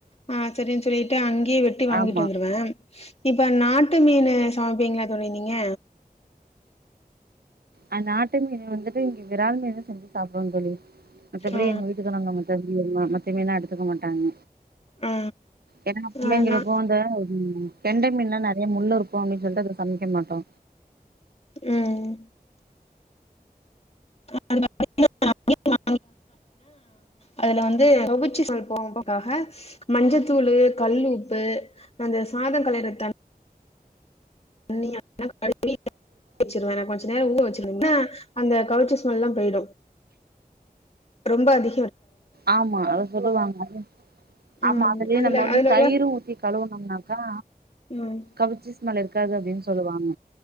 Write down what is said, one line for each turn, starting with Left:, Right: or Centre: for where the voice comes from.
Left: ஆ சரின்னு சொல்லிட்டு அங்கேயே வெட்டி வாங்கிட்டு
Right: ஆமா
Left: வந்துருவே இப்ப நாட்டு மீன் சமைப்பீங்கலா தோழி நீங்க
Right: அ நாட்டு மீன் வந்துட்டு இங்க விரால் மீன் செஞ்சு சாப்டுவ தோழி மத்தபடி
Left: ஆ
Right: எங்க வீட்டுக்காரங்க <unintelligible> மத்த மீன்ல எடுத்துக்க மாட்டாங்க
Left: ஆ
Right: என்னனா பிள்ளைங்கலுக்கு
Left: ஆனா
Right: இந்த ம் கெண்ட மீன்ல நெறைய முள்ளு இருக்கு அப்டின்னு சொல்ட்டு சமைக்கமாட்டோ
Left: ம் <unintelligible> அதுல வந்து கவுச்சி ஸ்மெல் போ <unintelligible> காக மஞ்சத்தூள் கல்லூப்பு அந்த ச சாத கலைரத்தண் <unintelligible> கழுவி வெச்சிருவே கொஞ்ச நேர ஊரா வெச்சிருந்தன்னா அந்த கவ்ச்சி ஸ்மெல்ல்லா போயிடு ரொம்ப அதி
Right: ஆமா அத சொல்லுவாங்க
Left: ம்
Right: ஆமா அதுலயே
Left: அதுல
Right: நம்ம வந்து
Left: அதுல
Right: தயிர்
Left: உள்ள
Right: ஊத்தி கழுவுனும்னாக்கா
Left: ம்
Right: கவிச்சி ஸ்மெல் இருக் இருக்காது அப்படின்னு சொல்லுவாங்க